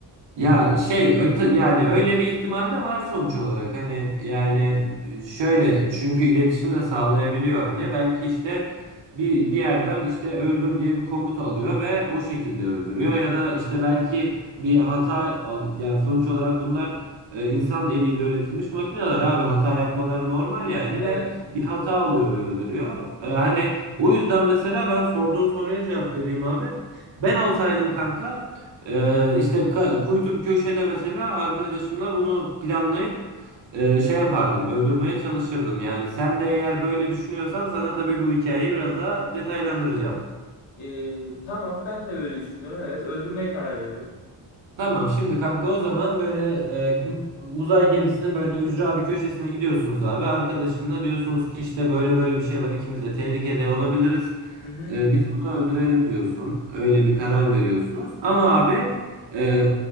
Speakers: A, on the right (about 75°); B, on the left (about 85°).
A: Ya şey öte, yani öyle bir ihtimal de var sonuç olarak hani yani
B: Hmm,
A: e, şöyle çünkü iletişim de sağlayabiliyor hani belki işte bir bir yerden işte öldür diye bir komut alıyor ve o şekilde öldürüyor ya da işte belki bir hata al, yani sonuç olarak bunlar e, insan eliyle üretilmiş makineler abi hata yapmaları normal yani
B: Evet.
A: ve bir hata alıyor ve öldürüyor. E, hani o yüzden mesela ben sorduğun soruya cevap vereyim abi. Ben olsaydım kanka ee, işte ka- kuytu bir köşede mesela arkadaşımla bunu planlayıp e, şey yapardım, öldürmeye çalışırdım. Yani sen de eğer böyle düşünüyorsan sana tabii bu hikayeyi biraz daha detaylandıracağım.
B: E, tamam ben de böyle düşünüyorum. Evet öldürmeye karar veriyorum.
A: Tamam şimdi kanka o zaman böyle e, u- uzay gemisinin böyle ücra bir köşesine gidiyorsunuz abi. Arkadaşınla diyorsunuz ki işte böyle böyle bir şey var ikimiz de tehlikede olabiliriz.
B: Hı hı.
A: E, biz bunu öldürelim diyorsun. Öyle bir karar veriyorsunuz. Ama abi e,